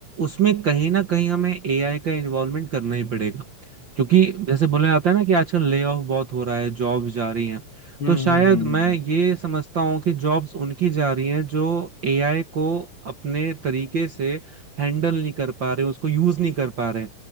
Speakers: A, on the right; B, on the left.
A: उसमें कहीं ना कहीं हमें एआई का इन्वॉल्वमेंट करना ही पड़ेगा क्योंकि जैसे बोला जाता है ना कि आजकल ले ऑफ बहुत हो रहा है जॉब जा रही हैं
B: हम्म
A: तो शायद
B: हम्म, हम्म,
A: मैं ये समझता हूँ कि जॉब्स उनकी जा रही हैं जो एआई को अपने तरीके से हैंडल नहीं कर पा रहे उसको यूज नहीं कर पा रहे